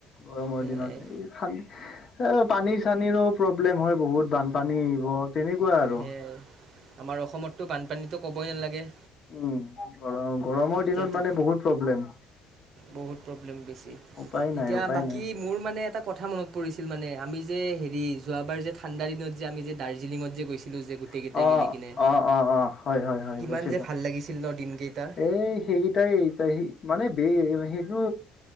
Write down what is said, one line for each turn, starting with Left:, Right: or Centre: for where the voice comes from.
Left: গৰমৰ
Right: সেয়াই
Left: দিনত এই খান এ পানী চানীৰো প্ৰব্লেম হয় বহুত বানপানী। হ তেনেকুৱা আৰু।
Right: সেয়াই আমাৰ অসমতো বানপানীতো ক'বই নালাগে।
Left: উম গৰ গৰমৰ
Right: এতিয়াতো
Left: দিনত মানে বহুত প্ৰব্লেম।
Right: বহুত প্ৰব্লেম বেছি
Left: উপায় নাই
Right: এতিয়া
Left: উপায়
Right: বাকী
Left: নাই।
Right: মোৰ মানে এটা কথা মনত পৰিছিল মানে। আমি যে হেৰি যোৱাবাৰ যে ঠাণ্ডা দিনত যে আমি যে দাৰ্জিলিঙত যে গৈছো যে গোটেই
Left: অ',
Right: কেইটাই মিলি কিনে
Left: অ', অ', অ', হয়, হয়, হয়
Right: কিমান
Left: গৈছিলোঁ।
Right: যে ভাল লাগিছিল ন দিনকেইটা।
Left: এই সেইকেইটাই এ তাই স। মানে ব সেইটো